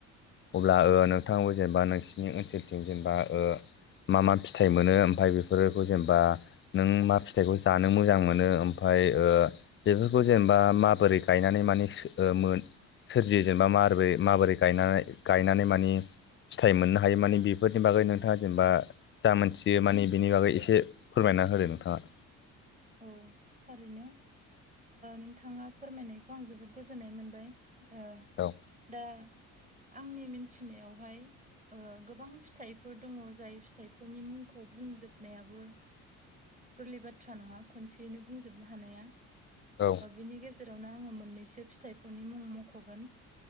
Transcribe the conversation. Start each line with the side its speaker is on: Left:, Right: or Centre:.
Left: अब्ला नोंथाङाबो जेनेबा नोंसिनि ओनसोलथिं जेनेबा ओ मा मा फिथ थाइ मोनो ओमफ्राय बेफोरखौ जेनेबा नों मा फिथाइखौ जानो मोजां मोनो ओमफ्राय ओ बेफोरखौ जेनेबा माबोरै गायनानै माने मोन सोरजियो जेनेबा माबोरै माबोरै गायनानै गायनानै मानि फिथाइ मोननो हायो मानि बेफोरनि बागै नोंथाङा जेनेबा जा मोनथियो मानि बिनि बागै एसे फोरमायना होदो नोंथाङा
Right: औ थारैनो नोंथाङा फोरमायनायखौ आं जोबोद गोजोननाय मोनबाय ओ
Left: औ
Right: दा आंनि मिनथिनायावहाय गोबां फिथाइफोर दङ जाय फिथाइफोरनि मुंखौ बुंजोबनायाबो गोरलै बाथ्रा नङा खनसेयैनो बुंजोबनो हानाया
Left: औ
Right: बेनि गेजे रावनो आङो मोननैसो फिथाइफोरनि मुं मख'गोन